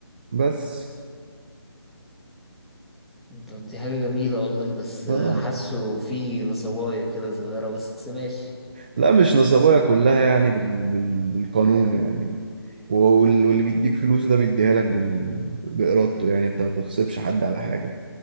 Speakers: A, on the right; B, in the centre.
A: بس
B: طب دي حاجة جميلة والله بس
A: آه.
B: حاسه في نصوايا كده صغيرة بس ماشي
A: لا مش نصبايا كلها يعني بال... بال... بالقانون يعني وال... واللي بيديك فلوس ده بيديها لك بال... بإرادته يعني انت ما بتغصبش حد على حاجة